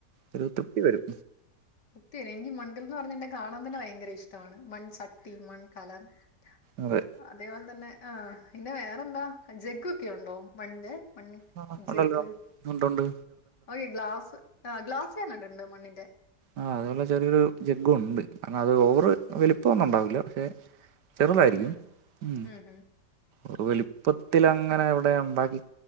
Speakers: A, on the right; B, on the left.
A: ഒരു തൃ തൃപ്തി വരും
B: സത്യാൺ എനിക്ക് മൺകലം ന്ന് പറഞാ കാണാൻ തന്നെ ഭയങ്കര ഇഷ്ടവാണ് മൺച്ചട്ടി മൺകലം അതാ
A: അതെ
B: അതേപോല് തന്നെ ആഹ് പിന്നെ വേറെന്താ ജഗ്ഗൊക്കെ യുണ്ടോ മണ്ണിന്റെ മൺ
A: ആഹ്
B: ജഗ്ഗ്
A: ഉണ്ടല്ലോ ഉണ്ട് ഉണ്ട്
B: <unintelligible> ഗ്ലാസ് ആഹ് ഗ്ലാസ് ഞാ കണ്ട്ട് മണ്ണിന്റെ
A: ആഹ് അതേപോലേ ചെറിയൊരു ജഗ്ഗും ഉണ്ട് എന്നാ അത് ഓവറ് വലിപ്പൊന്നും ഉണ്ടാവില്ല പക്ഷെ ചെറുതായിരിക്കും
B: ഉം
A: ഉം
B: ഉം
A: ഒ വല് പ്പത്തിൽ അങ്ങനെ എവടെ ഉണ്ടാക്കി